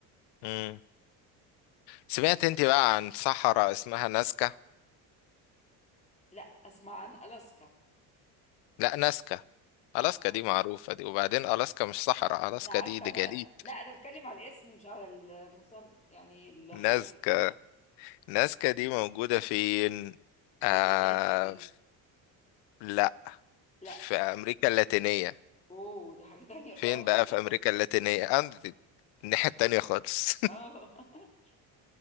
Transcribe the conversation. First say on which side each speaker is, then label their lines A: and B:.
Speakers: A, on the left; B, on the left.
A: مم. سمعت انت بقى عن صحراء اسمها نازكا
B: لا اسمع عن ألاسكا
A: لا نازكا
B: لا
A: ألاسكا
B: مرة.
A: دي معروفة دي وبعدين ألاسكا مش صحراء ألاسكا
B: انا عارفة
A: دي دي
B: انا
A: جليد
B: لا انا بتكلم على الاسم مش على المسمى يعني الحاجة
A: نازكا نازكا دي موجودة فين؟ آه
B: في اليابان شكلها
A: لا
B: لا
A: في أمريكا اللاتينية
B: اوه دي حاجة تانية خالص
A: فين بقى في أمريكا اللاتينية؟ عند الناحية التانية خالص
B: اه <laughs>